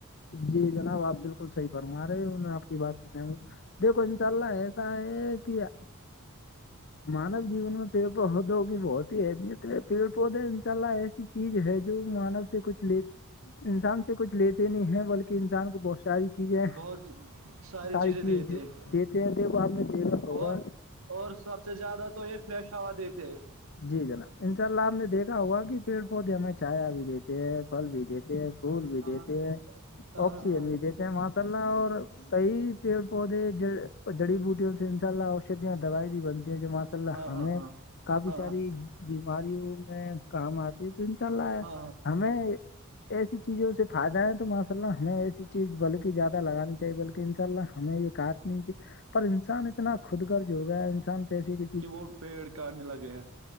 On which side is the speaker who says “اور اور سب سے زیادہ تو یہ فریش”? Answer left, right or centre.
Right